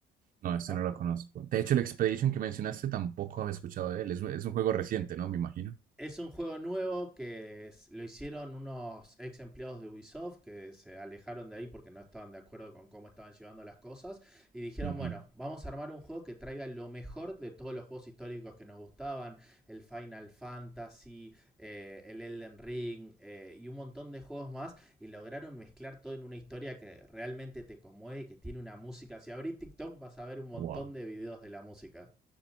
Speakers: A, on the right; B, in the centre.
A: No, este
B: ¿no?
A: no lo conozco. De hecho, el Expedition que mencionaste tampoco había escuchado de él. Es, un- es un juego reciente, ¿no? Me imagino.
B: Es un juego nuevo que es- lo hicieron unos ex empleados de Ubisoft que se alejaron de ahí porque no estaban de acuerdo con cómo estaban llevando las cosas y dijeron,
A: Ujú.
B: bueno, vamos a armar un juego que traiga lo mejor de todos los juegos históricos que nos gustaban, el Final Fantasy, eh, el Elden Ring eh, y un montón de juegos más y lograron mezclar todo en una historia que realmente te conmueve y que tiene una música. Si abrís TikTok vas a ver un montón
A: Wow.
B: de videos de la música.